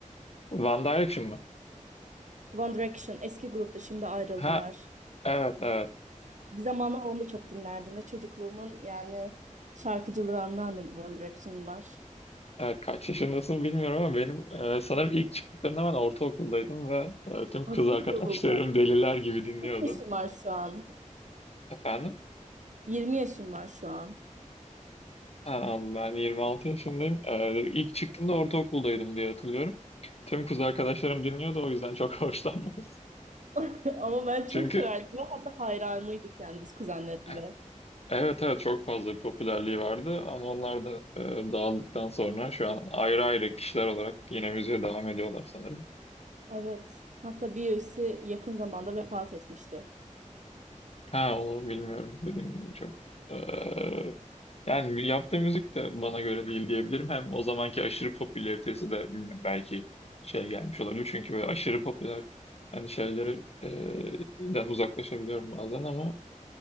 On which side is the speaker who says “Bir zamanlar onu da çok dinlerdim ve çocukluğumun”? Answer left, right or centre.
Right